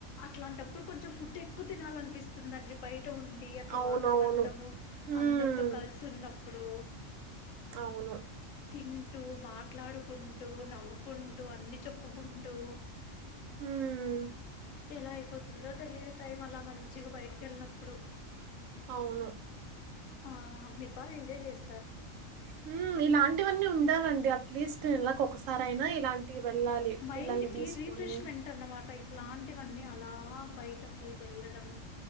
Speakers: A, on the left; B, on the right.
A: అట్లాంటప్పుడు కొంచెం ఫుడ్ ఎక్కువ తినాలనిపిస్తుందండి బయ్ ట ఉండి అట్లా
B: అవునవును
A: వాతావరణము
B: మ్మ్.
A: అందరితో కలిసి ఉన్నప్పుడు
B: అవును
A: తింటూ మాట్లాడుకుంటూ నవ్వుకుంటూ అన్నీ చెప్పుకుంటూ
B: హుమ్
A: ఎలా అయిపోతుందో తెలియదు టైం అలా మంచిగా బయటికేల్లినప్పుడు
B: అవును
A: ఆ మీర్ బాగా ఎంజాయ్ చేస్
B: హుమ్ ఇలాంటివన్నీ ఉండాలండి అట్లీస్ స్ట్ నేలకోక్కసారైనా ఇలాంటియి వెళ్ళాలి
A: మైండ్కి
B: పిల్లల్ని తీసుకొని
A: రీఫ్రెష్మెంట్ అన్నమాట ఇట్లాంటివన్నీ అలా బయటకి వెళ్ళడమ్